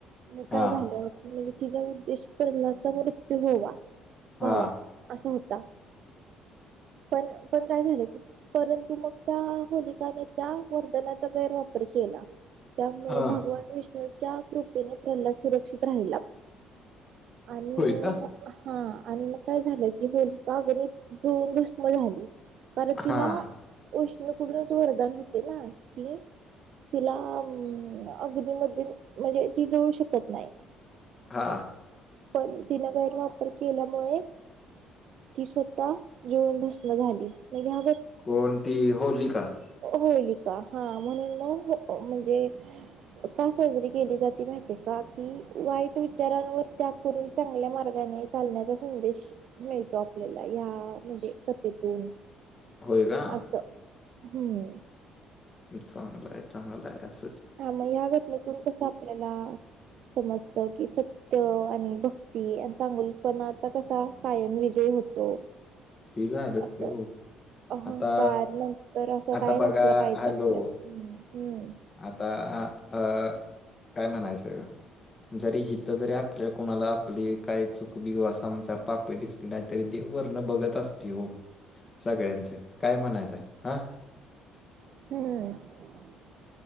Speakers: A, on the right (about 65°); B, on the left (about 35°).
A: मग
B: हां,
A: काय झालं? म्हणजे तिचा उद्देश प्रल्हाचा मृत्यू होवा,
B: हां,
A: व्हावा. असा होता, पण पण काय झालं की? परंतु मग त्या होलिकाने त्या वरधनाचा गैरवापर केला. त्यामुळे
B: हां.
A: भगवान विष्णु च्या कृपेने प्रल्हाद सुरक्षित राहिला, आणि
B: होय का?
A: हा आणि मग काय झालं की होलिका अगनीत, जुळून भस्म झाली. कारण तिला,
B: हां,
A: विष्णू कडून वरदान होते ना कि, तिला अगदी म्हणजे अगनीमध्ये म्हणजे ती जळू शकत नाही.
B: हां.
A: पण तिनं गैरवापर केल्यामुळे, स्वत जवून भम झाली ह
B: कोणती होलिका?
A: होलिका, हा म्हणून न म्हणजे का सजरी केली जाते माहिती का? की वाईट विचारांवर त्याग करून चांगल्या मार्गाने चालण्या संदेश मिळतो आपल्याला या म्हणजे कथेतून.
B: होय का?
A: असं. हम्म.
B: चांगलं आहे, चांगलं आहे, असू दे.
A: हा मग या घटनेतून, कसं आपल्याला समजत कि स ते आणि भक्ती आणि चांगुलपणाचा कसा कायम विजय होतो.
B: <unintelligible>
A: असं अहंकार
B: आता
A: नंतर असं
B: आता
A: काय
B: बघा
A: नसलं पाहिजे
B: हॅलो,
A: आपल्यात. हम्म
B: आता अ काय म्हणायचंय? जरी हिथं जरी आपल्याला कोणाला आपली काही चूक बिघू अस पाप दिसत ती नाहीतरी देव वर्ण बघत असते हो. सगळ्यांचे काय म्हणायचंय हा.
A: हम्म.